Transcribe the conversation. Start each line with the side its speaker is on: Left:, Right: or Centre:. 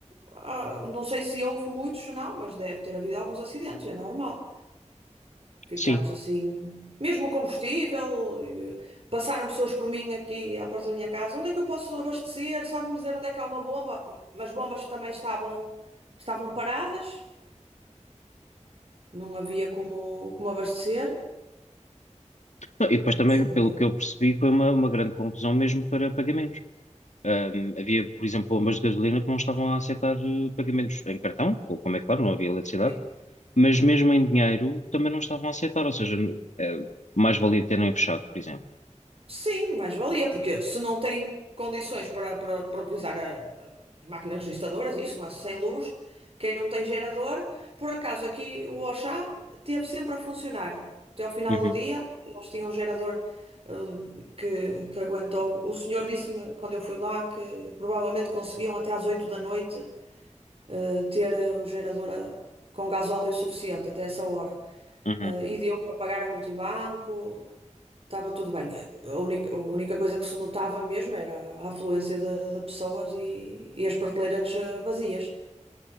Right: ah, não sei se houve muitos, não, mas deve ter havido alguns acidentes, é normal. Ficámos
Left: Sim.
Right: assim. Mesmo o combustível, eh, passaram pessoas por mim aqui à porta da minha casa. Onde é que eu posso abastecer? Sabe-me dizer onde é que há uma bomba? Mas bombas também estavam, estavam paradas, não havia como, como abastecer.
Left: Não, E depois também,
Right: Foi.
Left: pelo que eu percebi, foi uma, uma grande confusão mesmo para pagamentos. Ahm, havia, por exemplo, bombas de gasolina que não estavam a aceitar eh, pagamentos em cartão, ou como é claro, não havia eletricidade.
Right: Sim.
Left: mas mesmo em dinheiro também não estavam a aceitar, ou seja, eh, mais valia terem fechado, por exemplo.
Right: Sim, mais valia, porque se não tem condições para, para, para utilizar a- as máquinas registadoras, isso, não é? Sem luz, quem não tem gerador, por acaso aqui o Oxá teve sempre a funcionar. Até ao final
Left: Uhum,
Right: do dia, eles tinham um gerador eh, que, que aguentou. O senhor disse-me, quando eu fui lá, que provavelmente conseguiam até às 8 da noite eh, ter eh, o gerador eh, com gasóleo suficiente até essa hora.
Left: uhum,
Right: Eh, e deu para pagar a multibanco, Estava tudo bem. A única, a única coisa que se notava mesmo era a afluência de, de pessoas e, e as prateleiras eh, vazias.